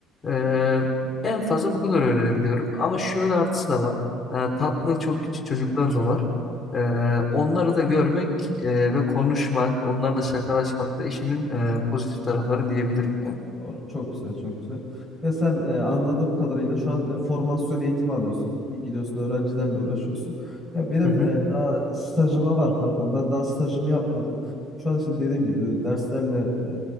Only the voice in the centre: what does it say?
Doğru. Çok güzel, çok güzel. Ya sen e, anladığım kadarıyla şu an e, formasyon eğitimi alıyorsun. E, Gidiyorsun öğrencilerle uğraşıyorsun. Ya benim
e, daha stajıma var kankam. Ben daha stajımı yapmadım. Şu an işte dediğim gibi derslerle e,